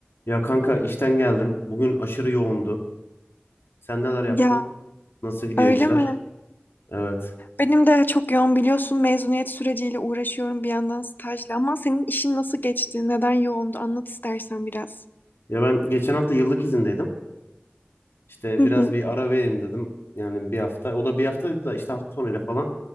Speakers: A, on the left (about 80°); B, on the left (about 55°).
A: Ya kanka işten geldim. Bugün aşırı yoğundu. Sen neler yaptın?
B: Ya
A: Nasıl gidiyor
B: öyle
A: işler?
B: mi?
A: Evet.
B: Benim de çok yoğun biliyorsun mezuniyet süreciyle uğraşıyorum bir yandan stajla ama senin işin nasıl geçti? Neden yoğundu? Anlat istersen biraz.
A: Ya ben geçen hafta yıllık izindeydim. İşte
B: Hı
A: biraz
B: hı.
A: bir ara vereyim dedim. Yani bir hafta. O da bir hafta dedi da işte hafta sonuyla falan